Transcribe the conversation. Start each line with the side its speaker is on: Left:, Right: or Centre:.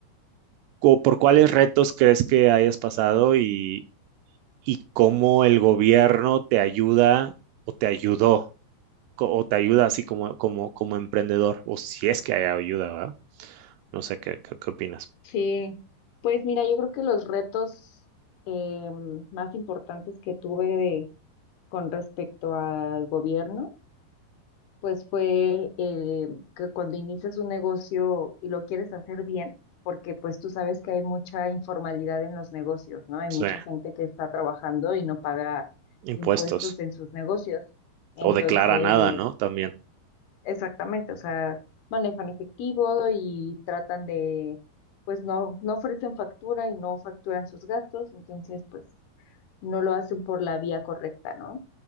Right: ¿cu- ¿por cuáles retos crees que hayas pasado y, y cómo el gobierno te ayuda o te ayudó? co- o te ayuda así como, como, como emprendedor, o si es que hay ayuda, ¿verdad? No sé qué, qué, qué opinas.
Left: Sí, pues mira, yo creo que los retos em, más importantes que tuve de- con respecto al gobierno, pues fue el que cuando inicias un negocio y lo quieres hacer bien, porque pues tú sabes que hay mucha informalidad en los negocios, ¿no? Hay
Right: Sí,
Left: mucha gente que está trabajando y no paga
Right: impuestos.
Left: impuestos en sus negocios. Entonces,
Right: O declara nada, ¿no? También.
Left: Exactamente, o sea, manejan efectivo y tratan de, pues no, no ofrecen factura y no facturan sus gastos, entonces pues no lo hacen por la vía correcta, ¿no?